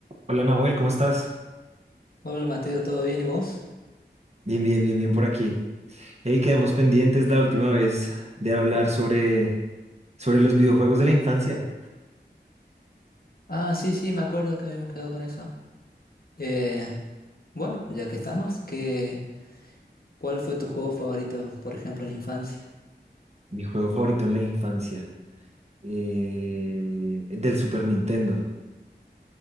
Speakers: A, on the right; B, on the left.
A: Hola Nahuel, ¿cómo estás?
B: Hola Mateo, ¿todo bien y vos?
A: Bien, bien, bien, bien por aquí. Hey, quedamos pendientes la última vez de hablar sobre, sobre los videojuegos de la infancia.
B: Ah, sí, sí, me acuerdo que habíamos quedado con eso. Eh, bueno, ya que estamos, ¿qué, cuál fue tu juego favorito, por ejemplo, en la infancia?
A: Mi juego favorito en la infancia, eh, del Super Nintendo.